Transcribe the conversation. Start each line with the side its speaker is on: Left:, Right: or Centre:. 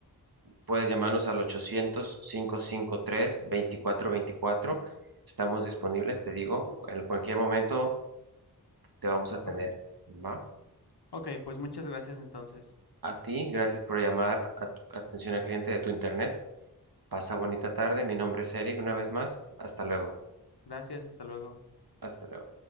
Right: Puedes llamarnos al 800-553-2424. Estamos disponibles, te digo, en cualquier momento te vamos a atender.
Left: Ok,
Right: ¿Va?
Left: ok, pues muchas gracias entonces.
Right: A ti, gracias por llamar a tu- atención al cliente de tu internet. Pasa bonita tarde. Mi nombre es Eric, una vez más. Hasta luego.
Left: Gracias, hasta luego.
Right: Hasta luego.